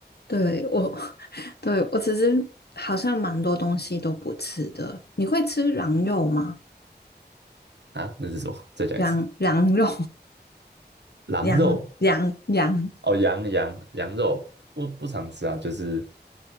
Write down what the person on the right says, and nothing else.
啊。那是什么？<laughs> 再讲一次，
狼肉
哦，羊羊羊肉不不常吃啊，就是